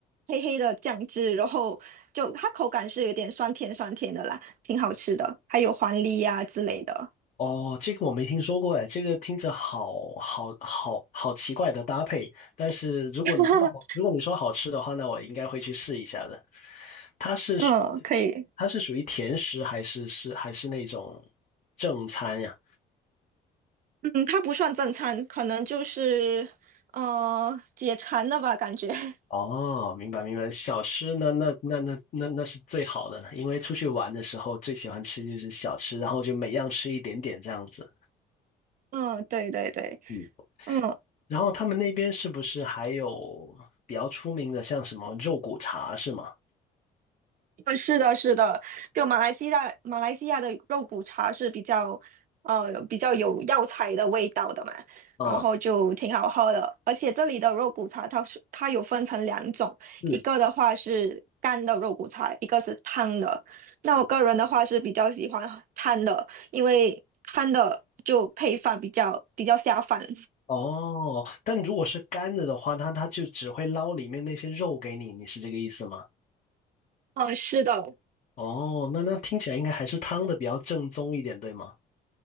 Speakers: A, on the right (about 55°); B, on the left (about 45°).
A: 黑黑的酱汁，然后就它口感是有点酸甜酸甜的啦，挺好吃的。还有黄梨呀、之类的，
B: 哦，这个我没听说过哎，这个听着好好好好奇怪的搭配，但是如果你说好，
A: <laughs>
B: 如果你说好吃的话，那我应该会去试一下的。它是属
A: 嗯，可以，
B: 它是属于甜食还是是还是那种正餐呀？
A: 嗯，它不算正餐，可能就是呃解馋的吧，感觉，<laughs>
B: 哦，明白明白，小吃那那那那那那是最好的了，因为出去玩的时候最喜欢吃就是小吃，然后就每样吃一点点这样子。
A: 嗯，对对对。
B: 嗯，
A: 嗯，
B: 然后他们那边是不是还有比较出名的，像什么肉骨茶是吗？
A: 呃是的，是的，就马来西亚，马来西亚的肉骨茶是比较，呃，比较有药材的味道的嘛，
B: 啊，
A: 然后就挺好喝的。而且这里的肉骨茶，它是它有分成两种，
B: 嗯，
A: 一个的话是干的肉骨茶，一个是汤的。那我个人的话是比较喜欢汤的，因为汤的就配饭比较比较下饭。
B: 哦，但如果是干的的话，它它就只会捞里面那些肉给你，你是这个意思吗？
A: 嗯，是的，
B: 哦，那那听起来应该还是汤的比较正宗一点，对吗？